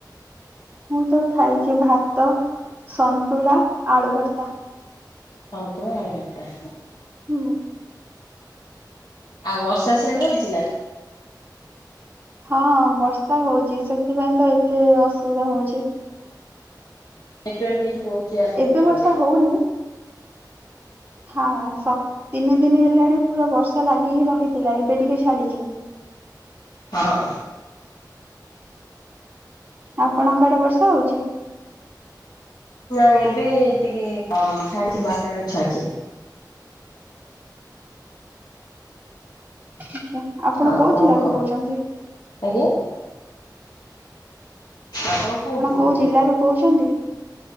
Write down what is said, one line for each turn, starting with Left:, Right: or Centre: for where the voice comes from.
Right: ମୁଁ ତ ଖାଇଛି ଭାତ ସନ୍ତୁଳା ଆଳୁ ଭର୍ତା।
Left: ସନ୍ତୁଲା ଆଳୁଭର୍ତ୍ତା।
Right: ହୁଁ।
Left: ଆଉ ବର୍ଷା ସେଆଡେ ହଉଛି ନା?
Right: ହଁ ବର୍ଷା ହୋଉଛି ସେଥିପାଇଁ ତ ଏତେ ଅସୁବିଧା ହୋଉଛି।
Left: ନେଟ୍‌ୱାର୍କ ଇସୁ ରହୁଛି। ଆଜି
Right: ଏବେ
Left: ଟୋଟାଲ
Right: ବର୍ଷା ହୋଉନି। ହଁ ସ ତିନି ଦିନି ହେଲାଣି ପୁରା ବର୍ଷା ଲାଗିି ରହିଥିଲା ଏବେ ଟିକେ ଛାଡିଛି।
Left: ହଁ।
Right: ଆପଣଙ୍କ ଆଡେ ବର୍ଷା ହୋଉଛି?
Left: ନାଇଁ ଏବେ ଟିକେ କମ୍ ଛାଡିଛି ବାରଟା ବେଳୁ ଛାଡ଼ିଛି।
Right: ଆଛା ଆପଣ
Left: ଆଉ
Right: କୋଉ
Left: କଣ
Right: ଜିଲ୍ଲାରୁ
Left: ଖବର
Right: କହୁଛନ୍ତି?
Left: ଆଜ୍ଞା? ଆପଣ କୋଉଠୁ କହୁଥିଲେ?
Right: କୋଉ ଜିଲ୍ଲାରୁ କହୁଛନ୍ତି?